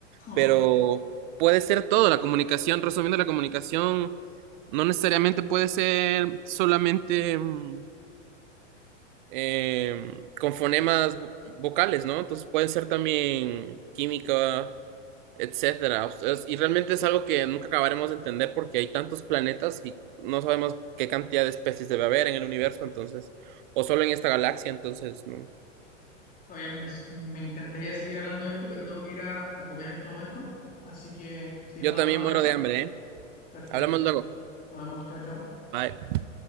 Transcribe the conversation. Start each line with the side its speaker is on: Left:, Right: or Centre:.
Left: Oh,
Right: pero puede ser todo, la comunicación, resumiendo la comunicación. No necesariamente puede ser solamente mm, eh, con fonemas vo- vocales, ¿no? Entonces puede ser también química, etcétera. O sea, es- Y realmente es algo que nunca acabaremos de entender porque hay tantos planetas y no sabemos qué cantidad de especies debe haber en el universo, entonces, o solo en esta galaxia, entonces, no.
Left: todavía me, me encantaría seguir hablando de esto, pero tengo que ir a, a comer en este momento. Así que seguimos
Right: Yo
Left: hablando
Right: también
Left: más
Right: muero
Left: ratito.
Right: de hambre, ¿eh?
Left: Perfecto.
Right: Hablamos luego.
Left: Nos vemos, chao, chao.
Right: Bye.